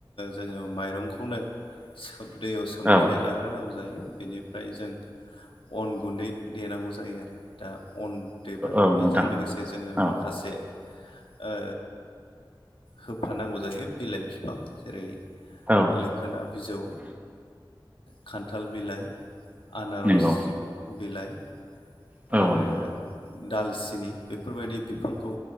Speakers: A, on the left (about 80°); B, on the right (about 20°).
A: जोङो माइंखौनो सोम दै सोमनानै
B: औ
A: ला ग्रोनांगौ जायो बेनिफ्राय जों अन गुन्दै देनांगौ जायो आरो दा अन देबाय
B: औ
A: बेजों
B: नोंथां
A: लोगोसे जोङो
B: औ
A: माखासे ओ होफानांगौ जायो बिलाइ बिफां जेरै
B: औ
A: लोखोना बिजौ, खान्थाल बिलाइ, आनारस
B: नंगौ
A: बिलाइ
B: औ
A: आरो
B: नोंथां
A: दालसिनि बेफोरबायदि बिफांखौ